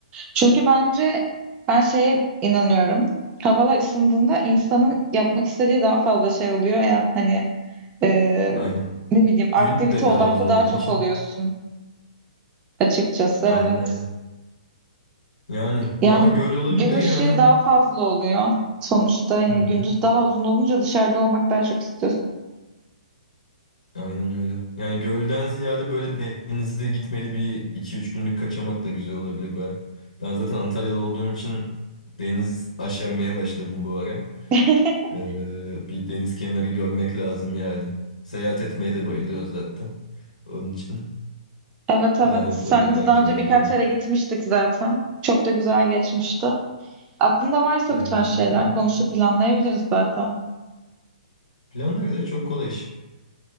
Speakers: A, on the right (about 25°); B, on the left (about 75°).
A: Çünkü bence ben şeye inanıyorum. Havalar ısındığında insanın yapmak istediği daha fazla şey oluyor ya hani ee,
B: Aynen.
A: ne bileyim aktivite
B: Günde de
A: odaklı
B: havuzun olduğu
A: daha çok
B: için.
A: oluyorsun açıkçası
B: Aynen
A: evet.
B: aynen. Yani valla
A: Yani
B: göl olabilir
A: gün ışığı
B: yani.
A: daha fazla oluyor sonuçta. Yani
B: Hı hı.
A: gündüz daha uzun olunca dışarıda olmak daha çok istiyorsun.
B: Aynen öyle. Yani gölden ziyade böyle denize gitmeli bir iki üç günlük kaçamak da güzel olabilir be. Ben zaten Antalya'da olduğum için deniz aşermeye başladım bu ara.
A: <laughs>
B: Ee, bir deniz kenarı görmek lazım yani. Seyahat etmeyi de bayılıyor zaten. Onun için
A: Evet evet.
B: plan yapılabilir
A: Seninle
B: belki
A: de daha önce
B: onun
A: birkaç
B: üzerine.
A: yere gitmiştik zaten. Çok da güzel geçmişti. Aklında varsa
B: Evet
A: bu tarz şeyler
B: evet aynen.
A: konuşup planlayabiliriz zaten.
B: Planlarız ya çok kolay iş.